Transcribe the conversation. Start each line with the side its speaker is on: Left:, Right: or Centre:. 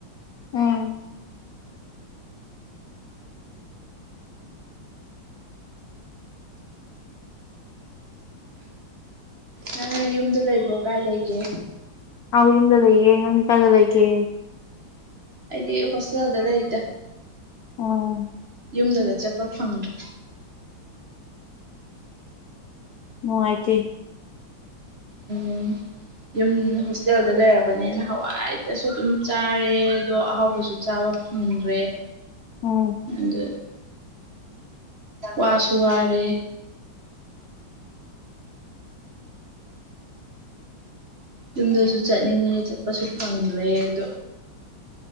Left: ꯎꯝ
Right: ꯅꯪ ꯌꯨꯝꯗ ꯂꯩꯕ꯭ꯔꯣ ꯀꯥꯏ ꯂꯩꯒꯦ
Left: ꯑꯥꯎ ꯏꯗ ꯂꯩ ꯌꯦ ꯅꯪꯗꯤ ꯀꯥꯏꯗ ꯂꯩꯒꯦ
Right: ꯑꯩꯗꯤ ꯍꯣꯁꯇꯦꯜꯗ ꯂꯩꯗ
Left: ꯑꯣ
Right: ꯌꯨꯝꯗꯒ ꯆꯠꯄ ꯐꯪꯗ꯭ꯔꯥ
Left: ꯅꯨꯡꯉꯥꯏꯇꯦ
Right: ꯎꯝ ꯌꯨꯝ ꯍꯣꯁꯇꯦꯜꯗ ꯂꯩꯔꯕꯅꯤꯅ ꯍꯋꯥꯏꯇꯁꯨ ꯑꯗꯨꯝ ꯆꯥꯔꯦ ꯑꯗꯣ ꯑꯍꯥꯎꯕꯁꯨ ꯆꯥꯕ ꯐꯪꯗ꯭ꯔꯦ
Left: ꯎꯝ
Right: ꯑꯗꯣ ꯋꯥꯁꯨꯨꯋꯥꯔꯦ ꯌꯨꯝꯗꯁꯨ ꯆꯠꯅꯤꯡꯉꯦ ꯆꯠꯄꯁꯨ ꯐꯪꯗ꯭ꯔꯦ ꯑꯗꯣ